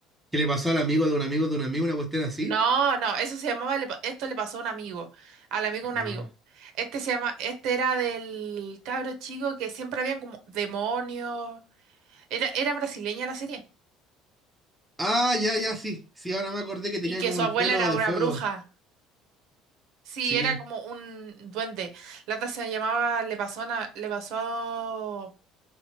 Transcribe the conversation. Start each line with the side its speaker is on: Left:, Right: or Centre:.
Centre: que le pasó al amigo de un amigo de un amigo una cuestión así.
Right: No, no, eso se llamaba, le pa- esto le pasó a un amigo, al amigo
Centre: Ajá.
Right: de un amigo. Este se llama, este era del cabro chico que siempre habían como demonios. Era, era brasileña la serie
Centre: Ah, ya, ya, sí. Sí, ahora me acordé que tenía
Right: y que
Centre: como
Right: su abuela
Centre: el pelo
Right: era
Centre: de
Right: una
Centre: fuego.
Right: bruja. Sí,
Centre: Sí,
Right: era como un duende. La otra se llamaba, le pasó, una- le pasó,